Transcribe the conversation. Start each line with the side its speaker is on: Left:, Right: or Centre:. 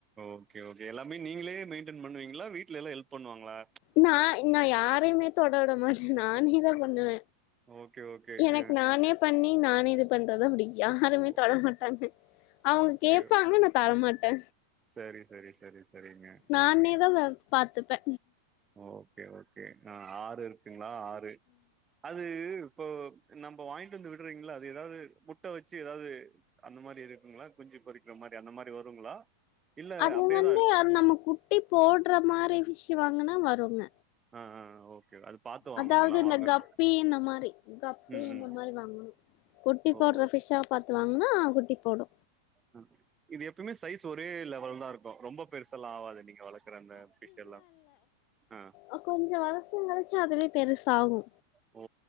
Right: ஓகே ஓகே எல்லாமே நீங்களே மெயின்டென் பண்ணுவீங்களா வீட்ல எல்லா ஹெல்ப் பண்வாங்களா
Left: நா நா யாரையுமே தொட விடமாட் நானேதா பண்ணுவ
Right: ஓகே, ஓகே.
Left: எனக்கு
Right: அ
Left: நானே பண்ணி நானே இது பண்றதா புடிக்கு யாருமே
Right: ஓ
Left: தொடமாட்டாங்க அவங்க
Right: ஓகே.
Left: கேப்பாங்க நா தரமாட்ட
Right: சரி சரி சரி சரிங்க
Left: நானே
Right: ஆ
Left: தா வ பாத்துப்பே
Right: ஓகே ஓகே ஆ ஆறு இருக்குங்ளா ஆறு அது இப்போ நம்ப வாங்கிட்டு வந்து விடுறீங்களா அது எதாவது முட்ட வச்சு எதாவ்து அந்த மாரி இருக்குங்களா குஞ்சு பொறிக்கிற மாரி அந்த மாரி வருங்களா இல்ல
Left: அது
Right: அப்படியே
Left: வந்து
Right: தான் இருக்கு.
Left: அது நம்ம குட்டி போடுற மாரி ஃபிஷ் வாங்கன்னா வருங்க
Right: ஆ ஆ ஓகே அது பாத்து வாங்கணுங்களா?
Left: அதாவ்து இந்த
Right: வாங்குற
Left: கப்பி
Right: மாரி.
Left: இந்த மாரி கப்பி
Right: ம்,
Left: இந்த
Right: ம்.
Left: மாரி வாங்கணு குட்டி
Right: ஓ!
Left: போடுற ஃபிஷ்ஷா பாத்து வாங்குனா குட்டி போடு
Right: அ இது எப்பயுமே சைஸ் ஒரே லெவல்தா இருக்கு ரொம்ப பெருசெல்லா ஆவாது நீங்க வளக் குற அந்த ஃபிஷ் எல்லாம் ஆ
Left: அ கொஞ்சொ வருஷொ கழிச்சு அதுவே பெருசாகு
Right: ஓ